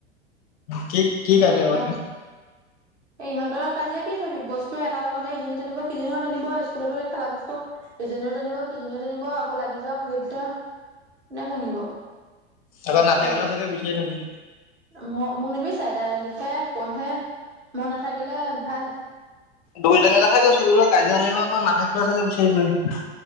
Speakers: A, on the left; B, on the right.
A: কি কি কাজে
B: তাৰপা
A: আবা
B: ইহঁতৰ কাজিয়া কি চাবি বস্তু এটা লগতে ইজনী তেনিব সিজনীও তেনিব স্কুলতো সেই খেলা বস্তু ইজনীও টানিব সিজনীও টানিব আকৌ লাগি যাওক লপদ নে ভাঙিব
A: আকৌ নাথাকিলেও
B: এ
A: চাগে বিচাৰি থাকিল
B: ম মোক নিবি ত লিখে পঢ়ে মন নাথাকিলে ভাল
A: দুয়োজীৰ কথা কৈছো বোল কাজিয়াল লাগিব কত নাথাকিলে চাগে বিচাৰি কৰিম